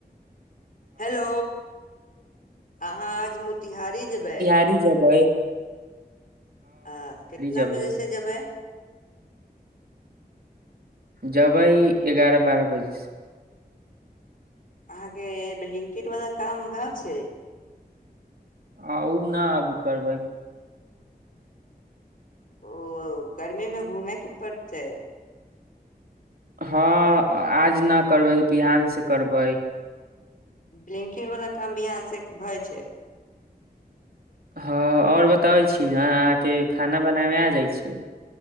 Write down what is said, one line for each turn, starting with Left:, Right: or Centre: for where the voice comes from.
Left: हेलो अहाँ आज मोतिहारी जेब
Right: पारी जब
Left: आ कितना
Right: जेबै
Left: बजे से जेब
Right: जबै एगारह बारह बज
Left: अहाँ के लिंकेट वाला काम भाव छ
Right: आ ओ नहि अभी करब
Left: ओ गर्मी मे घूमैके पड़त
Right: हँ आज न करबै बिहान से करब
Left: बलिंकिन वाला काम भहान से भए छ
Right: हँ आओर बताबै छी ने अहाँके खाना बनाबमे आ जाइत छ